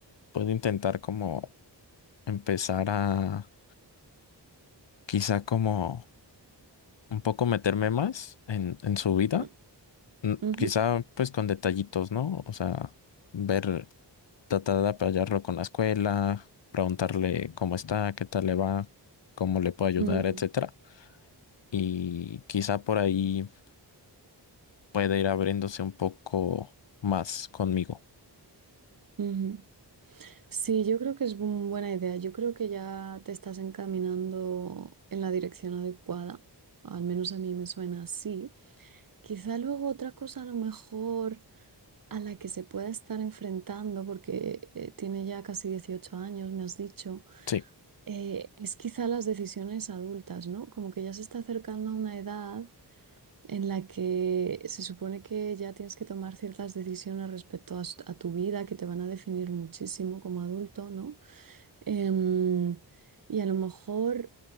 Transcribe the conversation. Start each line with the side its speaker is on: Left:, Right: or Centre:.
Left: puedo intentar como empezar a quizá como un poco meterme más en, en su vida,
Right: Mm,
Left: Mm,
Right: ujú,
Left: quizá pues con detallitos, ¿no? O sea, ver tratar de apoyarlo con la escuela, preguntarle cómo está, qué tal le va, cómo le puedo ayudar,
Right: mm,
Left: etcétera. Y quizá por ahí pueda ir abriéndose un poco más conmigo.
Right: ujú. Sí, yo creo que es una buena idea. Yo creo que ya te estás encaminando en la dirección adecuada. Al menos a mí me suena así. Quizá luego otra cosa a lo mejor a la que se pueda estar enfrentando, porque eh, tiene ya casi 18 años, me has dicho,
Left: Sí,
Right: eh, es quizá las decisiones adultas, ¿no? Como que ya se está acercando a una edad en la que se supone que ya tienes que tomar ciertas decisiones respecto a s- a tu vida que te van a definir muchísimo como adulto, ¿no? Em, y a lo mejor,